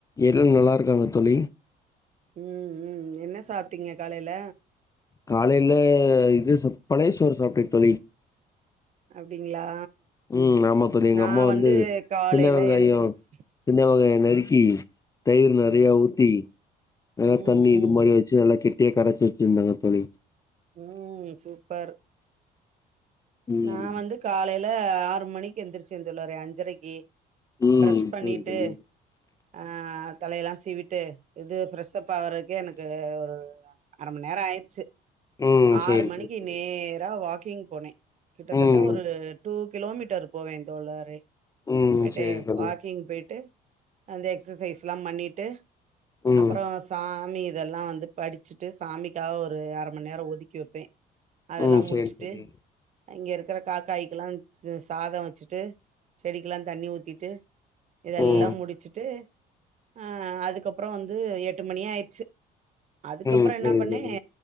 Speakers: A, on the left; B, on the right.
A: எல் நல்லாருக்காங்க தோழி
B: ம் ம் என்ன சாப்ட்டீங்க காலேல
A: காலேல இது சாப் பழய சோறு சாப்ட்டே தோழி
B: அப்டிங்ளா
A: ம் ஆமா தோழி எங்க
B: நா
A: அம்மா
B: வந்து காலேல
A: சின்ன வெங்காயோ
B: எந்துருச்
A: சின்ன வெங்காயொ நறுக்கி தயிர் நெறையா
B: ம்
A: ஊத்தி நல்லா
B: ம்
A: தண்ணி
B: ம்
A: இது மாரி வச்சு நல்லா கெட்டியா கரச்சு வச்சுருந்தாங்க தோழி
B: ம் சூப்பர்
A: ம்
B: நா வந்து காலேல ஆறு மணிக்கு எழுந்துருச்சே தோழரே அஞ்சரக்கி
A: ம்
B: பிரஷ் பண்ணிட்டு
A: சேரி தோழி
B: ஆ தலையெல்லா சீவிட்டு இது ஃப்ரெஷ் அப் ஆகுறதுக்கே எனக்கு ஒரு அர மண் நேரோ ஆயிறுச்சு
A: ம் சேரி
B: ஆறு மணிக்கு
A: சேரி தோழி
B: நேரா வாக்கிங் போனே கிட்டத்தட்ட
A: ம்
B: ஒரு டூ கிலோமீட்டர் போவே தோழரே
A: ம்
B: போய்ட்டு
A: சேரி தோழி
B: வாக்கிங் போய்ட்டு வந்து எக்சசைஸ்ல்லா பண்ணிட்டு
A: ம்
B: அப்பறோ சாமி இதல்லா வந்து படுச்சுட்டு சாமிக்காக ஒரு அர மண் நேரோ ஒதுக்கி வப்பே அதல்லா
A: ம்
B: முடுச்சுட்டு
A: சேரி தோழி
B: அங்க இருக்குற காக்காய்க்கெல்லா சாதொ வச்சுட்டு செடிக்கெல்லா தண்ணி ஊத்திட்டு இதெல்லா
A: ம்
B: முடுச்சுட்டு அ அதுக்கப்பறோ வந்து எட்டு மணியாய்ருச்சு அதுக்கப்பறோ
A: ம்
B: என்னா
A: சேரி
B: பண்ணே
A: தோழி